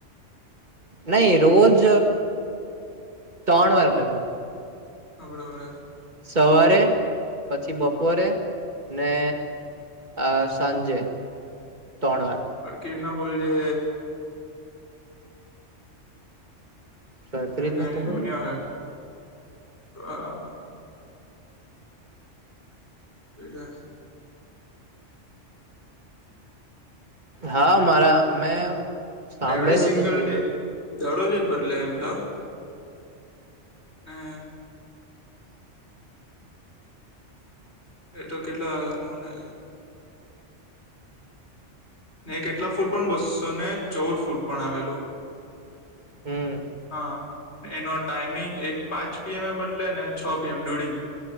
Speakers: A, on the right (about 40°); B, on the left (about 60°).
A: નહી રોજ ત્રણ વાર બદલે.
B: અડાડા. <unintelligible>
A: સવારે પછી બપોરે અને આ સાંજે ત્રણવાર.
B: અટકી ના બોલજે.
A: સરખી
B: અને
A: રીતના તો બોયલો
B: નિયા હ. એટા.
A: હા મારા મેં સાંભળેલું
B: હ એવરી સિંગલ
A: તો તું
B: ડે. દરરોજ જ બદલે એમ તો ને. એ તો કેટલાનુંને ને કેટલા ફૂટ પણ બસો ને ચૌદ ફૂટ પણ આવેલું.
A: હમ
B: હા. એનો ટાાઈમિંગ એક પાંચ પીએમ એ બદલે ને છ પીએમ ડ્યુરિંગ